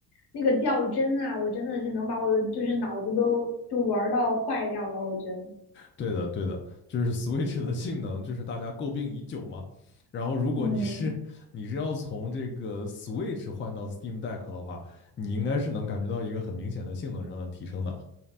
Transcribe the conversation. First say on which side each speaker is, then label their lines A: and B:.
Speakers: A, on the left (about 75°); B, on the left (about 30°).
A: 那个掉帧啊，我真的是能把我就是脑子都就玩到坏掉了，我觉得，
B: 对的，对的，就是 Switch 的性能，就是大家诟病已久嘛。然后，如果你是你是要从这个
A: 嗯。
B: Switch 换到 Steam Deck 的话，你应该是能感觉到一个很明显的性能上的提升的